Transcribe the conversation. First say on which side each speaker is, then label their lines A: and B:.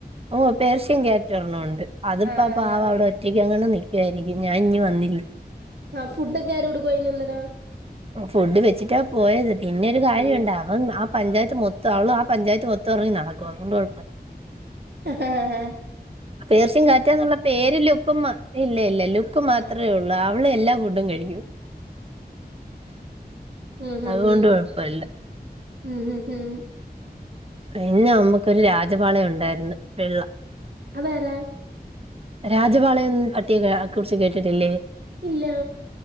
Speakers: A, on the right; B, on the right.
A: ഓ പേർഷ്യൻ ക്യാറ്റ് ഒരെണ്ണമൊണ്ട് അതിപ്പ
B: ആഹ്
A: പാവ അവിടെ ഒറ്റയ്ക്കങ്ങനെ നിക്ക് വാരിക്കും ഞാൻ ഇഞ്ഞു വന്നില്ലേ
B: ആ ഫുഡൊക്കെ ആര് കൊടുക്കും അയിനന്നേരം
A: ഫുഡ് വെച്ചിട്ടാ പോയത് പിന്നെ ഒരു കാര്യം
B: ആണല്ലേ
A: ഒണ്ട് അവൻ ആ പഞ്ചായത്ത് മൊത്തം അവള് ആ പഞ്ചായത്ത് മൊത്തം ഇറങ്ങി നടക്കും അതുകൊണ്ട് കൊഴപ്പവില്ല
B: ആഹ്
A: പേർഷ്യൻ ക്യാറ്റാന്നുള്ള പേര് ലുക്കും മാ ഇല്ല ഇല്ല ലുക്ക് മാത്രെ
B: ആഹ്
A: ഒള്ളു ആ നമ്മള് എല്ലാ ഫുഡും കഴിക്കും
B: ഉം ഉം
A: അതുകൊണ്ട് കുഴപ്പമില്ല
B: ഉം ഉം
A: പിന്നെ അമ്മക്കൊരു രാജപാളയം ഉണ്ടായിർന്ന് വെള്ള
B: അതാരാ
A: രാജപളയം ന്ന് പട്ടിയെ കുറിച്ച് കേട്ടിട്ടില്ലേ
B: ഇല്ലാ